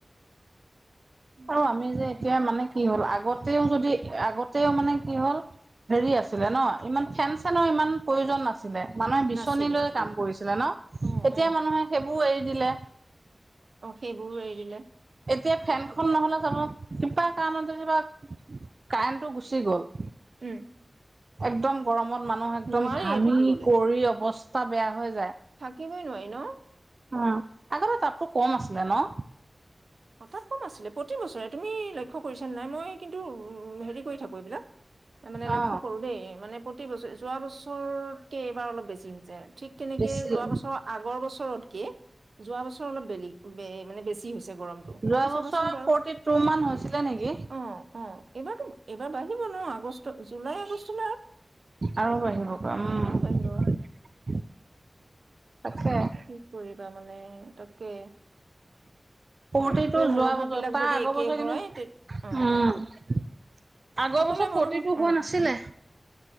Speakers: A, on the right; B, on the right.
A: উম,
B: আৰু আমি যে এতিয়া মানে কি হ'ল আগত তেও যদি আগতেও মানে কি হ'ল হেৰি আছিলে ন ইমান ফেন চেনৰ ইমান প্ৰয়োজন নাছিল। ছিলে। মনে বিচনী
A: নাছিল
B: লৈ
A: নাছিল।
B: কাম কৰিছিলে ন,
A: উম,
B: এতিয়া
A: উম,
B: মানুহে সেই এৰি দিলে।
A: অ, সেইবোৰো এৰি দিলে।
B: এতিয়া ফেনখন নহলে চাব কপা কাৰণত যেবা কাৰেণ্টটো গুচি গল,
A: উম।
B: একদম গৰমত মানুহ একদম
A: নোৱাৰিয়ে
B: ঘামি
A: থাকিবলৈ।
B: কৰি অৱস্থা <unintelligible> হৈ।
A: থাকিবই নোৱাৰি। ন,
B: উম আগতে তাপোৰ কম আছিলে ন
A: হথাৎ কম আছিলে প্ৰতি বছৰে তুমি লক্ষ্য কৰিছা নাই মই কিন্তু হেৰি কৰি থাকো এইবিলাক। মানে লক্ষ্য
B: অ
A: কৰো দেই মানে প্ৰতি প্ৰতিৰে বছ যোৱা বছৰ <unintelligible> এইবাৰ অলপ বেছি হৈ যায় ঠিক তেনেকে
B: বেছি
A: যোৱা বছৰ আগৰ বছৰত কে? যোৱা বছৰ অলপ বেলেগ মানে বেছি হৈছে গৰম।
B: যোৱা
A: তুমি
B: বছৰ
A: চাবাচোন বাৰু
B: ফৰ্টি টু মান হৈছিলে নেকি
A: অ, অ', এইবাৰ, এইবাৰ বাঢ়িব ন আগষ্ট ওলাই আহিচো
B: আৰু বাৰিভ কম উম।
A: বাঢ়িব।
B: তাকে
A: কি কৰিবা মানে? টকে,
B: প্ৰতিতটো যোৱা
A: মনোভাৱ
B: বছৰ
A: বিলাক
B: তাৰ
A: যদি
B: আগৰ
A: একে
B: বছৰ
A: হয়
B: কিন্তু,
A: তে অ
B: উম। আগৰ
A: সকলোৱে
B: বছৰ ফৰটি
A: মনোভাৱ
B: টু হোৱা
A: অ
B: নাছিলে।